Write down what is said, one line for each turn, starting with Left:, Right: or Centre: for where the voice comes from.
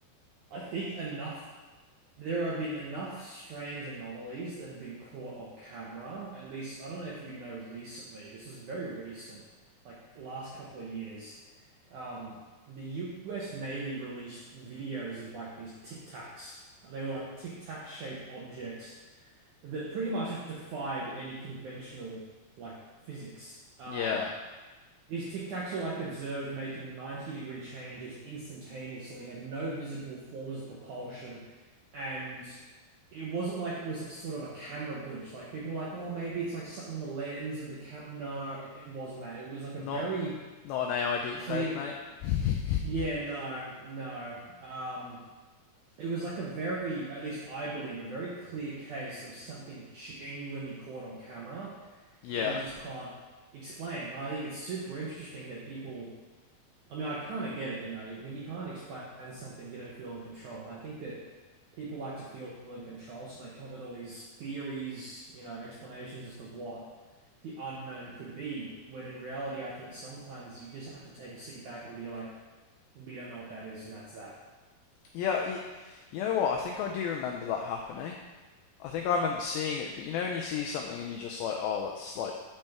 Right: I think enough There have been enough strange anomalies that have been caught on camera. At least, I don't know if you know recently, this was very recent, like last couple of years. Um, the US Navy released videos of like these Tic Tacs. They were like Tic Tac shaped objects that pretty much just defied any conventional like physics. Um,
Left: Yeah,
Right: these Tic Tacs are like observed making 90 degree changes instantaneously, had no visible forms of propulsion, and it wasn't like it was like sort of a camera glitch. Like people were like, oh, maybe it's like something on the lens of the camera. No, it it wasn't that. It was like
Left: not
Right: a very
Left: not an AI deepfake,
Right: clear.
Left: mate.
Right: Yeah,
Left: <laughs>
Right: no, no. Um, it was like a very, at least I believe, a very clear case of something genuinely caught on camera
Left: yeah,
Right: that we just can't explain. And I think it's super interesting that people I mean, I kind of get it, you know, when you can't explain something, you don't feel in control. And I think that people like to feel in control, so they come up with all these theories, you know, explanations as to what the unknown could be, when in reality, I think sometimes you just have to take a seat back and be like, we don't know what that is, and that's that.
Left: yeah. You, you know what? I think I do remember that happening. I think I remember seeing it, but you know when you see something and you're just like, oh, that's like